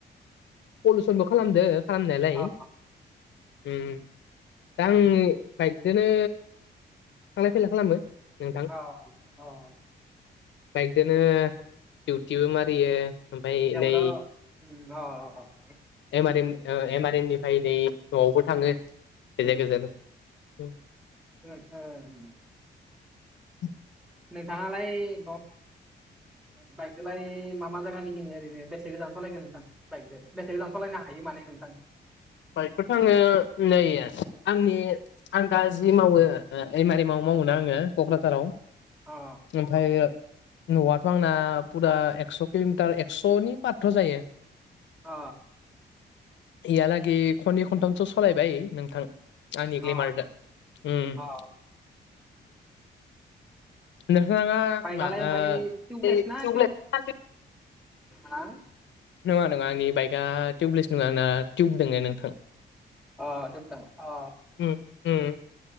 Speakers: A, on the left (about 80°); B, in the centre.
A: पलिसनबो खालामदो खालामनायालाय
B: अ
A: उम दा आं बाइकजोंनो थांलाय फैलाय खालामो नोंथां।
B: औ - औ।
A: बाइकदोनो दिउटिबो मारियो ओमफ्राय
B: जेबोथ'
A: नै
B: उम अ 'अ'
A: M आरेन O M R M निफ्राय नै न'आवबो थाङो गेजेर
B: उम,
A: - गेजेर औ <unintelligible>
B: <unintelligible>
A: <inaudible>
B: नोंथाङालाय ओ बाइकजोंलाय मा मा जायगा गिदिङो ओरैनो बेसे गोजान सालायखो नोंथां। बाइकजों बेसे लांथ'लायनो हायो माने नोंथां
A: बाइकखौथ' आङो नै आंनि आं दा जि मावो ओ एम र एम माव मावोना आङो क'क्राझाराव
B: अ
A: ओमफ्रायो न'आथ' आंना फुरा एकस' किल'मिटार एकस'नि पाथ' जायो।
B: अ
A: इहालागै खननै खनथामसो सलायबाय नोंथां। आंनि
B: अ
A: <unintelligible>
B: अ
A: उम नोंथाङा
B: बाइकआलाय
A: मा
B: ओमफ्राय टिउबलेस
A: ओ <unintelligible>
B: ना टिउब हा
A: नङा नङा आंनि बाइकआ टिउबलेस नङा आंना टिउब दङो नोंथां।
B: अ नोंथां अ।
A: उम उम।